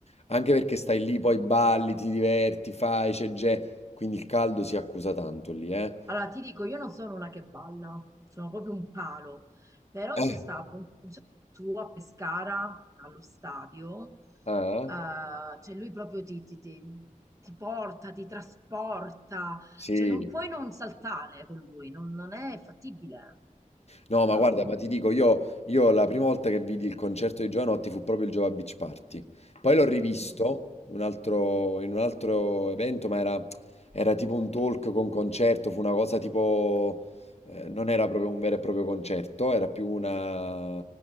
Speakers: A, on the left (about 50°); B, on the right (about 20°).
A: Anche perché stai lì, poi balli, ti diverti, fai, c'è gente. Quindi il caldo si accusa tanto lì, eh?
B: Allora, ti dico, io non sono una che balla, sono proprio un palo, però
A: Eh,
B: c'è stato un concerto suo a Pescara, allo stadio,
A: Ah, eh?
B: eh, cioè lui proprio ti, ti- ti- ti porta, ti trasporta,
A: Sì.
B: cioè non puoi non saltare con lui, non, non è fattibile,
A: No, ma
B: no.
A: guarda, ma ti dico, io, io la prima volta che vidi il concerto di Giovanotti fu proprio il Jova Beach Party. Poi l'ho rivisto
B: Mm,
A: un altro- in un altro evento, ma era, era tipo un talk con concerto, fu una cosa tipo... eh, non era proprio un vero e proprio concerto, era più una,